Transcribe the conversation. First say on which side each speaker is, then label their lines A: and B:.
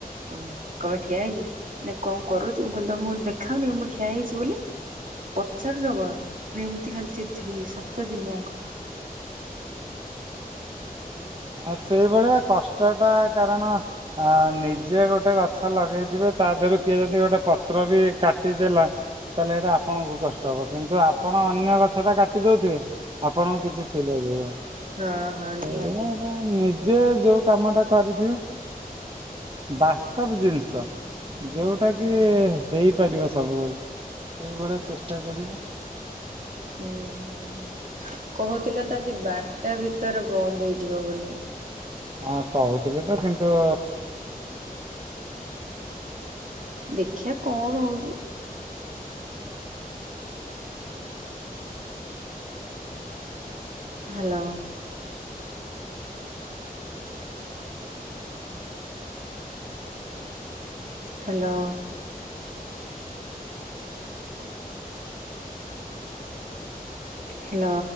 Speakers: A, on the right; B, on the right.
A: ହଉ କହିବେ ଠିଆ ହେଇଛୁ ନା କଣ କରୁଛୁ ମୁଁ କହିଲି ତମକୁ ଦେଖାଉନି କି ମୁଁ ଠିଆ ହେଇଛି ବୋଲି। ପଚାରୁଛ କଣ ପୁରା ଏମତି ଖାଲି ଚିଡ ଚିଡି ହେଲି ସାତ ଦିନ ଯାକ।
B: ଆ ସେଇ ଭଳିଆ କଷ୍ଟ ଟା କାରଣ ଆ ନିଜେ ଗୋଟେ ଗଛ। ଲଗେଇଥିବେ ତା ଧିଅରୁ କିଏ ଯଦି ଗୋଟେ ପତ୍ର ବି କାଟିଦେଲା। ତାହେଲେ ସେଇଟା ଆପଣଙ୍କୁ କଷ୍ଟ ହେବ କିନ୍ତୁ ଆପଣ ଅନ୍ୟ ଗଛଟା କାଟି ଦେଉଥିବେ। ଆପଣଙ୍କୁ କିଛି ଫିଲ୍ ଲାଗିବନି
A: ହଁ ହଁ
B: ସେଇ
A: ନିହାତି
B: ଭଳିଆ କଁ ନିଜେ ଯୋଉ କାମଟା। କରିଥିବେ ବାସ୍ତବ ଜିନିଷ ‌। ଯୋଉଟା କି ହେଇ ପାରିବ ସବୁବେଳେ ସେଇଭଳିଆ ଚେଷ୍ଟା କରିବେ।
A: ହୁଁ ହୁଁ କହୁଥିଲେ ତ ଆଜି ବାରଟା ଭିତରେ ବନ୍ଦ ହେଇଯିବ ବୋଲି।
B: ହଁ କହୁଥିଲେ ତ କିନ୍ତୁ।
A: ଦେଖିବା କଣ ହଉଛି। ହାଲୋ। ହାଲୋ। ହେଲୋ।